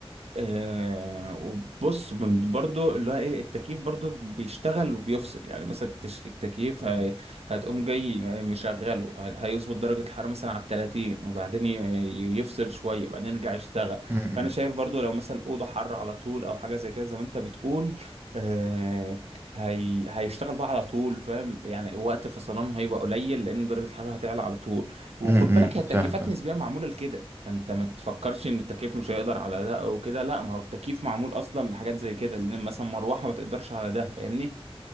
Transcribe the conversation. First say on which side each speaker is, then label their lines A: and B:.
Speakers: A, on the right; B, on the right.
A: آه وبص من- برضو اللي هو ايه التكييف برضو بيشتغل وبيفصل يعني مثلا التش- التكييف هي هتقوم جاي مشغله هي- هيظبط درجة الحرارة مثلا على 30 وبعدين ي- ي- يفصل شوية وبعدين يرجع يشتغل
B: م- م-
A: فأنا شايف برضو لو مثلا أوضة حر على طول أو حاجة زي كده زي ما أنت بتقول آه، هي... هيشتغل بقى على طول فاهم يعني وقت فصلانه هيبقى قليل لان درجه الحراره هتعلى على طول وخد
B: م- م-
A: بالك هي التكييفات
B: فاهم
A: نسبيا معموله لكده فانت ما تفكرش ان التكييف مش هيقدر على ده او كده لا ما هو التكييف معمول اصلا لحاجات زي كده لان مثلا مروحه ما تقدرش على ده فاهمني